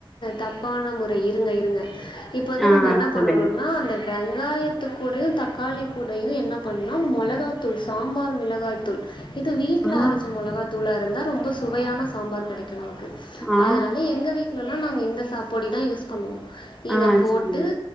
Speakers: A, on the left; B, in the centre.
A: தப்பான முறை இருங்க இருங்க ப்ப வந்து
B: ஆ
A: நம்ம என்ன
B: சொல்லுங்க
A: பண்ணணுன்னா அந்த வெங்காயத்து கூடையு தக்காளி கூடையு என்ன பண்ணுன்னா மொளகாதூள் சாம்பார் மிளகாய்தூள் இது வீட்ல
B: ஆ
A: அரச்ச மொளகாதூள்ளாருந்தா ரொம்ப சுவையான சாம்பார் கிடைக்கு நமக்கு
B: ஆ
A: அதுனால எங்க வீட்டுலல்லா நாங்க இந்த சாப் பொடி தா யூஸ் பண்ணுவோ இத
B: ஆ
A: போட்டு
B: சரி